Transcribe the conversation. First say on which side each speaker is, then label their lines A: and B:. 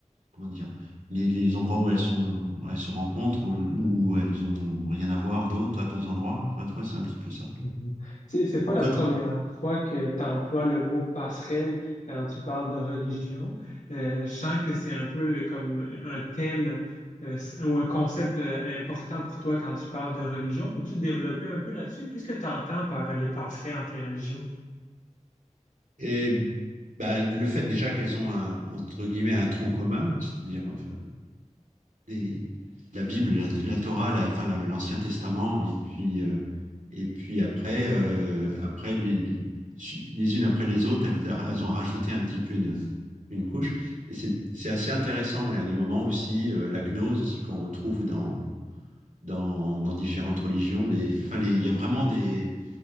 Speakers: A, on the right (about 80°); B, on the left (about 75°).
A: comment dire, les, les endroits où elles sont, elles se rencontrent, où elles ont rien à voir d'autre à d'autres endroits. Enfin, tu vois, c'est un petit peu ça.
B: Mhm. Tu sais, c'est pas
A: Et
B: la
A: toi,
B: première
A: tu-
B: fois que tu emploies le mot passerelle quand tu parles de religion. Euh, je sens que c'est un peu comme un thème euh, ou un concept euh, important pour toi quand tu parles de religion. Peux-tu développer un peu là-dessus? Qu'est-ce que tu entends par euh, les passerelles entre les religions?
A: et, bah, le fait déjà qu'elles ont un, entre guillemets, un tronc commun, c'est-à-dire, enfin, et la Bible, la, la Torah, la, enfin la- l'Ancien Testament, et puis euh, et puis après, euh, après les, les su- les unes après les autres, elles, elles ont rajouté un petit peu une une couche. Et c'est c'est assez intéressant. Et à des moments aussi, euh, la gnose aussi qu'on retrouve dans dans dans différentes religions. Les, enfin les, il y a vraiment des